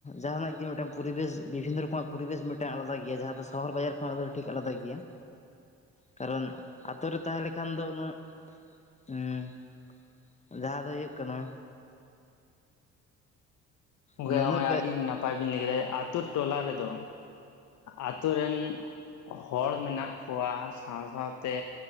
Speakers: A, on the left; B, on the left.
A: ᱡᱟᱦᱟᱱᱟᱜ ᱜᱮ ᱢᱤᱫᱴᱟᱝ ᱯᱚᱨᱤᱵᱮᱥ ᱵᱤᱵᱷᱤᱱᱱᱚ ᱨᱚᱠᱚᱢᱟᱜ ᱯᱚᱨᱤᱵᱮᱥ ᱢᱤᱫᱴᱟᱝ ᱟᱞᱟᱫᱟ ᱜᱮᱭᱟ ᱡᱟᱦᱟᱸ ᱫᱚ ᱥᱚᱦᱚᱨ ᱵᱟᱡᱟᱨ ᱠᱷᱚᱱᱟᱜ ᱫᱚ ᱴᱷᱤᱠ ᱟᱞᱟᱫᱟ ᱜᱮᱭᱟ ᱠᱟᱨᱚᱱ ᱟᱛᱳ ᱨᱮ ᱛᱟᱦᱮᱸ ᱞᱮᱠᱷᱟᱱ ᱫᱚ ᱩᱱᱟᱹᱜ <inaudible> ᱡᱟᱦᱟᱸ ᱫᱚ ᱦᱩᱭᱩᱜ ᱠᱟᱱᱟ
B: ᱵᱚᱭᱦᱟ
A: ᱩᱱᱟᱹᱜ
B: ᱱᱚᱜᱭ ᱟᱹᱰᱤ ᱱᱟᱯᱟᱭ ᱵᱤᱱ ᱞᱟᱹᱭ ᱠᱮᱫᱟ ᱟᱛᱳ ᱴᱚᱞᱟ ᱨᱮ ᱫᱚ ᱟᱛᱳ ᱨᱮᱱ ᱦᱚᱲ ᱢᱮᱱᱟᱜ ᱠᱚᱣᱟ ᱥᱟᱶ ᱥᱟᱶᱛᱮ